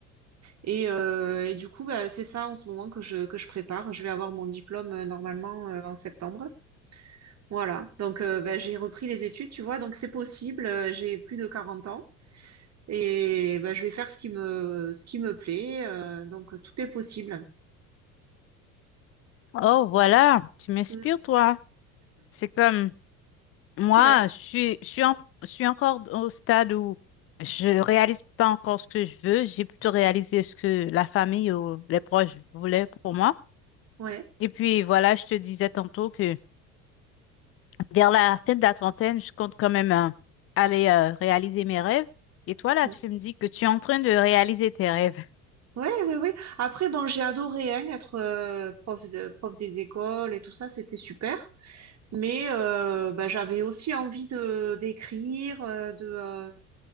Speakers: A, on the right (about 35°); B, on the left (about 30°).
A: Et, euh, et du coup, ben, c'est ça en ce moment que je, que je prépare. Je vais avoir mon diplôme euh, normalement euh, en septembre. Voilà, donc euh, bah, j'ai repris les études, tu vois, donc c'est possible, euh, j'ai plus de 40 ans et bah, je vais faire ce qui me ce qui me plaît, euh, donc tout est possible.
B: oh voilà, tu m'inspires,
A: Mm.
B: toi. C'est comme moi,
A: Ouais,
B: je suis, je suis, en- je suis encore au stade où je réalise pas encore ce que je veux. J'ai plutôt réalisé ce que la famille ou les proches voulaient pour moi.
A: ouais,
B: Et puis voilà, je te disais tantôt que vers la fin de la trentaine, je compte quand même euh, aller euh, réaliser mes rêves. Et toi, là,
A: ouais,
B: tu me dis que tu es en train de réaliser tes rêves.
A: ouais, ouais, ouais. Après, bon, j'ai adoré hein, être euh, prof de, prof des écoles et tout ça, c'était super. Mais euh, bah, j'avais aussi envie de d'écrire, euh, de, euh,